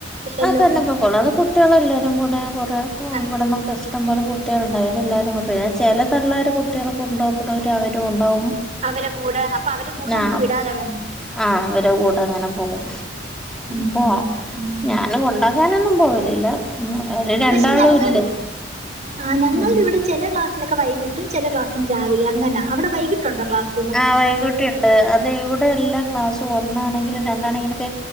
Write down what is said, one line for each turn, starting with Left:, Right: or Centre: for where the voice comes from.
Right: ഇല്ലല്ലോ
Centre: ആഹ് തന്നെ പൊക്കള്ളൂ അത് കുട്ടികളെല്ലാരും കൂടെ കുറ
Right: അങ്
Centre: ഇവിടെന്ന് ഒക്കെ ഇഷ്ടംോലെ കുട്ടികളുണ്ടാവ അവും എല്ലാവരുംെ പിന്നെ ചില തള്ളർ കുട്ടികളൊെ കൊണ്ടുോക്കുന്നവ അവും ഉണ്ടാവും
Right: അവരെ കൂടെ അപ്പൊ അവരെ കൂടെ നമുക്ക്
Centre: ആഹ്
Right: വിടാലെ വേണേ
Centre: ആഹ് അവരു കൂടെ അങ്ങനെ പോകും
Right: ഉം
Centre: പോവാ
Right: ഉം ഉം
Centre: ഞാനും കൊണ്ടാക്കാനൊന്നും പോവലില്ല ഉം ഒരു രണ്ടാളുംല്ലേ
Right: പക്ഷെ ഞങ്ങ ആഹ് ഞങ്ങളുടെ
Centre: ഉം
Right: ഇവിടെ ചില ക്ലാസിലൊക്കെ വൈകിറ്റും ചില ക്ലാസിന്റെ രാവിലെ അങ്ങെനാ അവിട വൈകിട്ടുണ്ടോ ക്ലസ്
Centre: ആ ഹ് വൈകുട്ടി ഉണ്ട് അത് ഇവിടെ എല്ലാ ക്ലാസ്സും ഒന്നാണെങ്കിലും രണ്ടാണെങ്കിലൊക്കെ